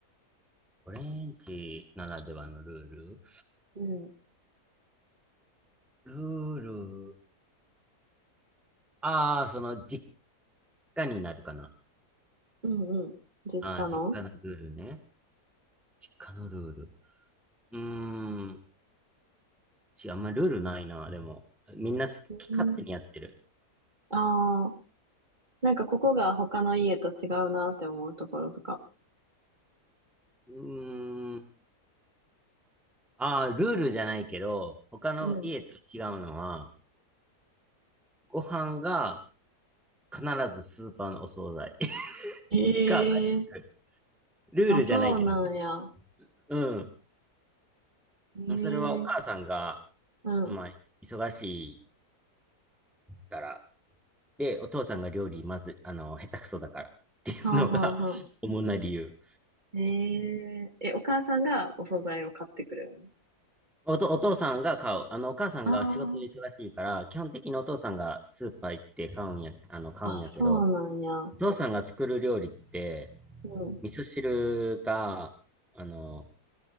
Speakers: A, in the centre; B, on the right (about 30°).
A: オレンジならではのルール
B: うん。
A: ルール。ああ、その、実家になるかな。
B: うんうん。実家の
A: ああ、実家のルールね。実家のルール。うーん。ちあんまルールないな、でも。みんな好き勝手にやってる。
B: うん。ああ、なんかここが他の家と違うなって思うところとか。
A: うーん。ああ、ルールじゃないけど、他の家と違うのは、
B: うん。
A: ご飯が必ずスーパーのお惣菜 <laughs>
B: ええ
A: か外食 <laughs>。ルールじゃないけどね。
B: あ、そうなんや。
A: う
B: ええ
A: ん。それはお母さんが、
B: うん。
A: まあ、
B: は
A: 忙しいから。で、お父さんが料理まず、あの、下手くそだからっていうのが
B: あはあはあ。
A: <laughs> 主な理由。
B: えええ、お母さんがお惣菜を買ってくるん
A: おと、お父さんが買う。あの、お母さんが仕事で忙しいから、
B: あ
A: 基本的にお父さんがスーパー行って買うんや、あの、買うんやけど、
B: あ、あ、そうなんや。
A: お父さんが作る料理って、
B: うん。
A: 味噌汁が、あの、